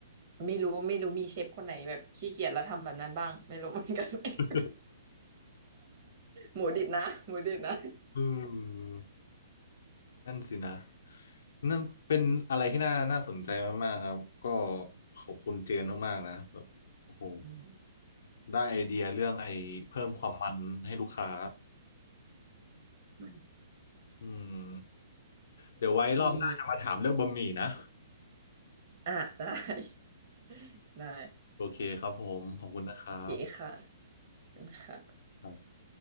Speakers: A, on the right; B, on the left.
A: ไม่รู้ไม่รู้มีเชฟคนไหนแบบขี้เกียจแล้วทำแบบนั้นบ้างไม่รู้ <laughs> เหมือนกัน <laughs>
B: <laughs>
A: หมูดิบนะหมูดิบนะ
B: อืม นั่นสินะนั่นเป็นอะไรที่น่าน่าสนใจมากๆครับก็ขอบคุณเจนมากๆนะแบบโอ้โห
A: อืม
B: ได้ไอเดียเรื่องไอ้เพิ่มความมันให้ลูกค้า
A: <laughs>
B: อืมเดี๋ยวไว้รอบหน้าจะมาถามเรื่องบะหมี่นะ
A: มีอ่ะได้ <laughs> ได้
B: โอเคครับผมขอบคุณนะครับ
A: โอเคค่ะขอบคุณค่ะ
B: ครับ